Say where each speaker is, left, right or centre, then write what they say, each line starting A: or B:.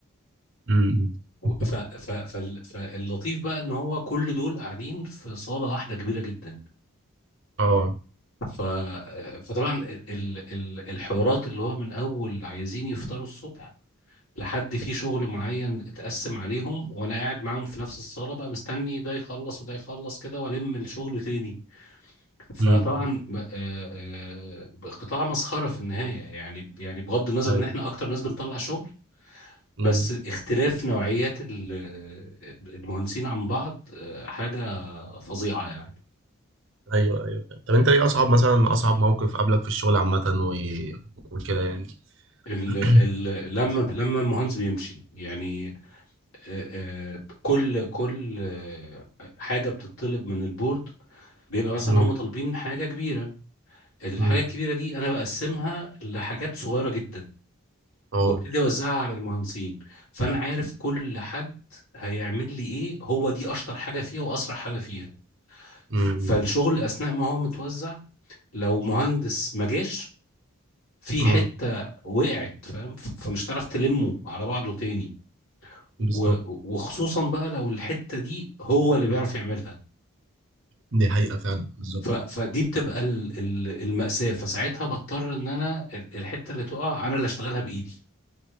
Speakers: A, on the right; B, on the left.
A: امم
B: و-
A: <laughs>
B: ف- ف- فال- فاللطيف بقى ان هو كل دول قاعدين في صالة واحدة كبيرة جدا
A: اه
B: ف فطبعا ال- ال- ال- الحوارات اللي هو من اول عايزين يفطروا الصبح لحد في شغل معين اتقسم عليهم وانا قاعد معاهم في نفس الصالة بقى مستني ده يخلص وده يخلص كده والم الشغل تاني فطبعا
A: امم
B: ب- آه، آه، قطاع مسخره في النهايه يعني يعني بغض النظر
A: ايوه
B: ان احنا اكتر ناس بنطلع شغل
A: امم
B: بس اختلاف نوعيات ال- المهندسين عن بعض آه، حاجه فظيعه يعني
A: ايوه ايوه طب انت ايه اصعب مثلا اصعب موقف قابلك في الشغل عامة و... وكده يعني
B: ال
A: <clears throat>
B: ال لما لما المهندس بيمشي يعني آه، آه، كل كل آه، حاجه بتطلب من البورد بيبقى مثلا
A: امم
B: هم طالبين حاجه كبيره الحاجه
A: امم
B: الكبيره دي انا بقسمها لحاجات صغيره جدا
A: اه
B: وابتدي اوزعها على المهندسين فانا عارف كل حد هيعمل لي ايه هو دي اشطر حاجه فيها واسرع حاجه فيها ف-
A: امم
B: فالشغل اثناء ما هو متوزع لو مهندس ما جاش في
A: امم
B: حته وقعت فاهم ف- فمش هتعرف تلمه على بعضه تاني و-
A: بالظبط
B: وخصوصا بقى لو الحته دي هو اللي بيعرف يعملها
A: دي حقيقة فعلا بالظبط
B: ف- فدي بتبقى ال- ال- المأساة فساعتها بضطر ان انا ال- الحتة اللي تقع انا اللي اشتغلها بايدي